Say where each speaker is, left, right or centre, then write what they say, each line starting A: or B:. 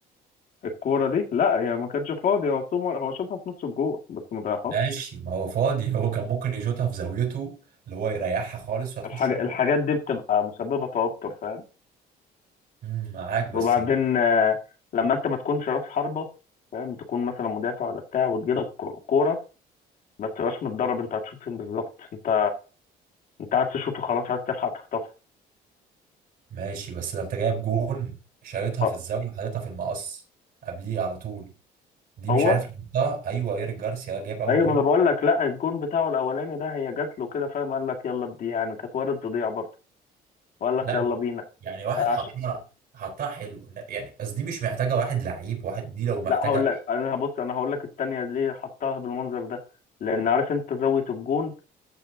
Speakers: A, on the left; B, on the right.
A: الكورة دي لا هي يعني ما كانتش فاضية هو سومر هو شاطها في نص الجول بس ما ضيعهاش
B: ماشي ما هو فاضي هو كان ممكن يشوطها في زاويته اللي هو يريحها خالص وهتخش
A: الحاج...
B: جون
A: الحاجات دي بتبقى مسببة توتر فاهم
B: امم معاك بس
A: وبعدين آه، لما انت ما تكونش راس حربة فاهم تكون مثلا مدافع ولا بتاع وتجيلك كو- كورة ما تبقاش متدرب انت هتشوط فين بالظبط انت انت عايز تشوط وخلاص عايز تلحق تخطفه
B: ماشي بس ده انت جايب جون شايطها
A: أه،
B: في الزاوية وحاططها في المقص قبليه على طول دي
A: هو
B: مش عارف يحطها ايوه إيريك جارسيا جايب اول
A: ايوه
B: جون
A: ما انا بقول لك لا الجون بتاعه الاولاني ده هي جات له كده فاهم قال لك يلا بدي يعني كانت وارد تضيع برضه وقال لك
B: لا
A: يلا بينا
B: يعني واحد
A: عش...
B: حطها حطها حلو يعني بس دي مش محتاجة واحد لعيب واحد دي لو محتاجة
A: لا هقول لك انا هبص انا هقول لك التانية ليه حطها بالمنظر ده لان عارف انت زاوية الجون